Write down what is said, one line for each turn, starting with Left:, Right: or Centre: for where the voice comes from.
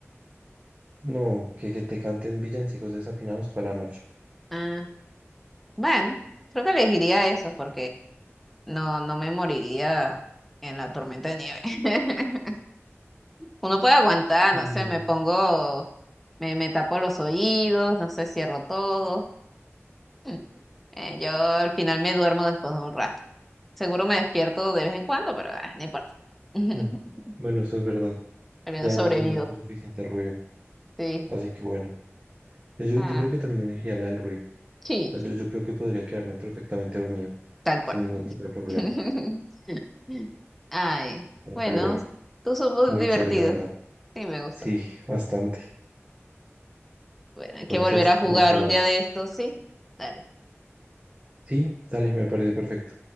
Right: No, que, que te canten villancicos desafinados toda la noche.
Centre: Ah, bueno, creo que elegiría eso porque no, no me moriría en la tormenta de nieve. <laughs> Uno puede aguantar,
Right: Sí.
Centre: no sé, me pongo, me, me tapo los oídos, no sé, cierro todo. Mm, eh, yo al final me duermo después de un rato. Seguro me despierto de vez en cuando, pero ah, no importa. <laughs>
Right: Mm. Bueno, eso es verdad.
Centre: Al menos
Right: Ya hemos
Centre: sobrevivo.
Right: dormido con suficiente ruido.
Centre: Sí.
Right: Así que bueno, yo, yo
Centre: Ah,
Right: yo creo que también elegiría la del ruido.
Centre: sí,
Right: O sea,
Centre: sí,
Right: yo, yo creo que podría quedarme perfectamente dormido
Centre: tal cual.
Right: sin ningún tipo de problema.
Centre: <laughs> Ay,
Right: Pero,
Centre: bueno,
Right: pero bueno,
Centre: tú somos
Right: muy
Centre: divertidos.
Right: chévere, la verdad.
Centre: Sí, me gusta.
Right: Sí, bastante.
Centre: Bueno, hay que
Right: Entonces,
Centre: volver a jugar
Right: nos hablamos.
Centre: un día de estos, sí. Dale.
Right: Sí, dale, me parece perfecto.